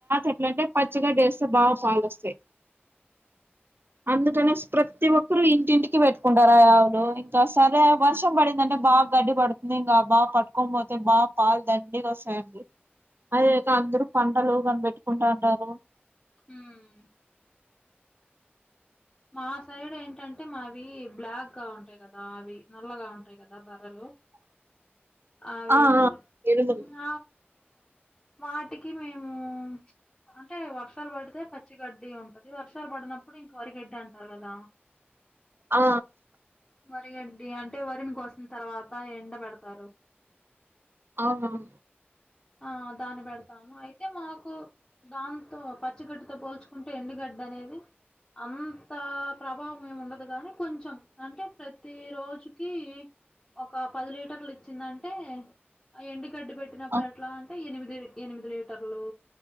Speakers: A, on the right; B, on the left.
A: ఎట్లంటే పచ్చి గడ్డి వేస్తే బాగా పాలోస్తాయి అందుకనేసి ప్రతి ఒక్కరు ఇంటింటికి పెట్టుకుంటారు ఆ ఆవులు ఇంకా సరే వర్షం పడిందంటే గడ్డి పడుతుంది ఇంకా బాగా పట్టుకోని పోతే బాగా పాలు దండిగా వస్తాయండి అదెక్కా అందరు పంటలు కనిపెట్టుకుంటా ఉంటారు.
B: మ్
A: <inaudible>
B: మా సైడ్ ఏంటంటే మావి బ్లాక్ గా ఉంటాయి. కదా అవి నల్లగా ఉంటాయి కదా బర్రెలు.
A: <inaudible>
B: అవి వేరు
A: ఆ ఎరువులు
B: వాటికి మేము అంటే వర్షాలు పడితే పచ్చిగడ్డి ఉంటది. వర్షాలు పడినప్పుడు ఇప్పుడు ఇంక వరిగడ్డి అంటారు కదా
A: ఆ
B: వరిగడ్డి అంటే వరిని కోసిన తర్వాత ఎండ పెడతారు.
A: అవును
B: ఆ దాన్ని పెడతాము. అయితే మాకు దాంతో పచ్చిగడ్డితో పోల్చుకుంటే ఎండుగడ్డి అదేంది అంత ప్రభావం ఏమి ఉండదు. కాని కొంచెం అంటే ప్రతి రోజుకి ఒక పది లీటర్లు ఇచ్చిందంటే ఆ ఎండు గడ్డి పెట్టినప్పుడు
A: ఆ,
B: ఎట్లా అంటే ఎనిమిది ఎనిమిది లీటర్లు